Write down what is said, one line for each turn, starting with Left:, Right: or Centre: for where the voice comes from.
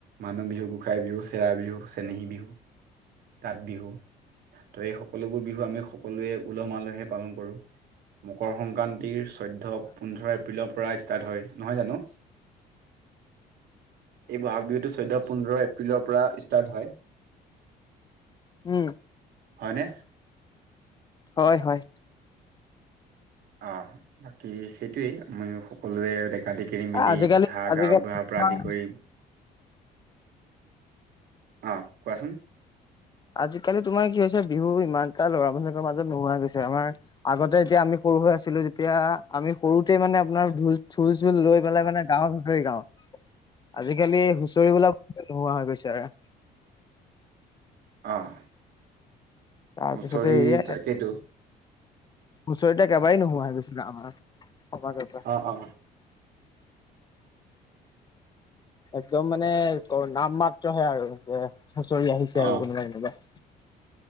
Right: মানুহ বিহু গোসাই বিহু চেৰা বিহু চেনেহী বিহু কাঠ বিহু ত এই সকলোবোৰ বিহু আমি সকলোৱে উলহ মালহে পালন কৰোঁ মকৰ সংক্ৰান্তিৰ চৈধ্য পোন্ধৰ এপ্ৰিলত পৰা ষ্টাৰ্ট হয় নহয় জানো এই বহাগ বিহুতটো চৈধ্ পোন্ধৰ এপ্ৰিলৰ পৰা ষ্টাৰ্ট হয়
Left: উম,
Right: হয়নে
Left: হয় হয়
Right: অ বাকী সেইটোয়েই মই সকলোৱে দেখ আদি কিনি মিলি
Left: এ আজিকালি
Right: তথা
Left: আজিকালি
Right: গাওবুঢ়াৰ
Left: তোমাৰ
Right: পৰা আদি কৰি আহ কোৱাচোন
Left: আজিকালি তোমাৰ কি হৈছে বিহু ইমান এটা ল'ৰা মানুহৰ মাজত নোহোৱা গৈছে আমাৰ আগতে যেতিয়া আমি সৰু হৈ আছিলো যেতিয়া আমি সৰুতে মানে আপোনাৰ ঢোল চুল লৈ পেলাই মানে গাঁৱৰ ভিতৰি গাও
Right: উ
Left: আজিকালি হুঁচৰিবলা ব নোহোৱা হৈ গৈছে আৰু
Right: আহ
Left: তাৰ
Right: হুচৰিকেইটো
Left: পিছতে এয়াই <unintelligible> পৰা
Right: অ অ
Left: একদম
Right: কথা
Left: মানে
Right: পাতি লওক
Left: ক নাম মাত্ৰহে আৰু যে হুঁচৰি আহিছে আৰু
Right: অ
Left: কোনোবাই কোনোবাই